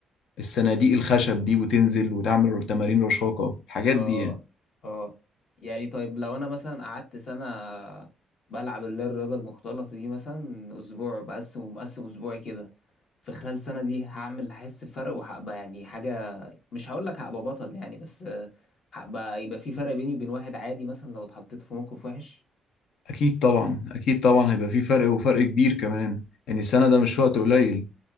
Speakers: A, on the left; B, on the left.
A: الصناديق الخشب دي وتنزل وتعمل تمارين رشاقة الحاجات
B: اه
A: دي يعني
B: اه يعني طيب لو انا مثلا قعدت سنة بلعب اللي هي الرياضة المختلطة دي مثلا اسبوع بقسم ومقسم اسبوعي كده في خلال سنة دي هعمل هحس بفرق وهبقى يعني حاجة مش هقول لك هبقى بطل يعني بس هبقى يبقى في فرق بيني وبين واحد عادي مثلا لو اتحطيت في موقف وحش
A: أكيد طبعا أكيد طبعا هيبقى في فرق وفرق كبير كمان يعني السنة ده مش وقت قليل